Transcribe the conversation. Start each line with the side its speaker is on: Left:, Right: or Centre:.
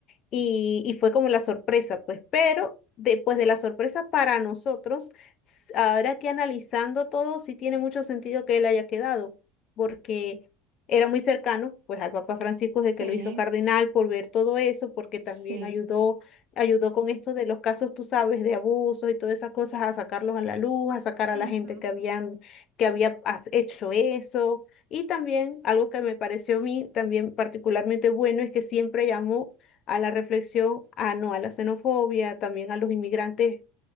Left: y, y fue como la sorpresa, pues, pero después de la sorpresa para nosotros, s- ahora que analizando todo, sí tiene mucho sentido que él haya quedado, porque era muy cercano, pues, al Papa Francisco
Right: sí,
Left: de que lo hizo cardenal por ver todo eso, porque también
Right: sí.
Left: ayudó, ayudó con esto de los casos, tú sabes, de abusos y todas esas cosas, a sacarlos a la luz, a sacar a
Right: ujú.
Left: la gente que habían, que había has- hecho eso. Y también algo que me pareció a mí también particularmente bueno es que siempre llamó a la reflexión, a no a la xenofobia, también a los inmigrantes,